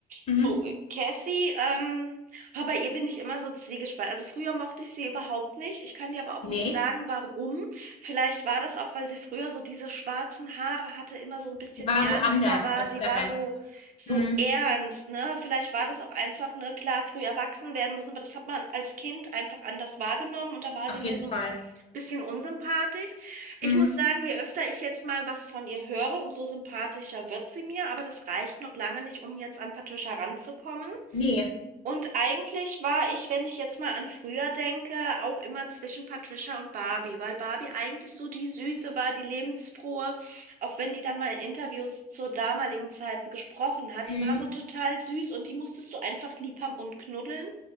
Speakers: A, on the left; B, on the right.
A: Mhm.
B: So, äh, Kathy, ähm, oh, bei ihr bin ich immer so zwiegespalten. Also früher mochte ich sie überhaupt nicht. Ich kann dir aber auch
A: nee
B: nicht sagen, warum. Vielleicht war das auch, weil sie früher so diese schwarzen Haare hatte, immer so ein bisschen
A: sie war
B: ernster
A: so anders
B: war.
A: als
B: Sie
A: der
B: war
A: Rest.
B: so so
A: Mhm,
B: ernst, ne? Vielleicht war das auch einfach, ne, klar, früh erwachsen werden müssen, aber das hat man als Kind einfach anders wahrgenommen und da war
A: auf
B: sie mir
A: jeden
B: so
A: Fall.
B: ein bisschen unsympathisch. Ich
A: Mhm.
B: muss sagen, je öfter ich jetzt mal was von ihr höre, umso sympathischer wird sie mir, aber das reicht noch lange nicht, um jetzt an Patricia ranzukommen.
A: nee
B: Und eigentlich war ich, wenn ich jetzt mal an früher denke, auch immer zwischen Patricia und Barbie, weil Barbie eigentlich so die Süße war, die lebensfrohe, auch wenn die dann mal in Interviews zu damaligen Zeiten gesprochen hat,
A: Mhm.
B: die war so total süß und die musstest du einfach lieb haben und knuddeln.